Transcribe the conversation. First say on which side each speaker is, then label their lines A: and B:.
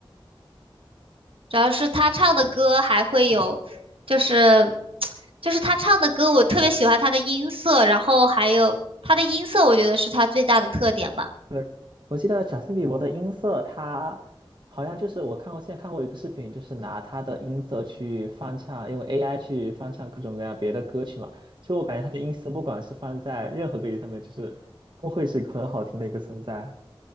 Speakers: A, on the right (about 75°); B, on the right (about 55°).
A: 主要是他唱的歌还会有，就是就是他唱的歌，我特别喜欢他的音色，然后还有他的音色，我觉得是他最大的特点吧。
B: 对，我记得贾斯汀比伯的音色，他好像就是我看过，现在看过一个视频，就是拿他的音色去翻唱，用 AI 去翻唱各种各样别的歌曲嘛。就我感觉他的音色，不管是放在任何歌曲上面，就是都会是一个很好听的一个存在。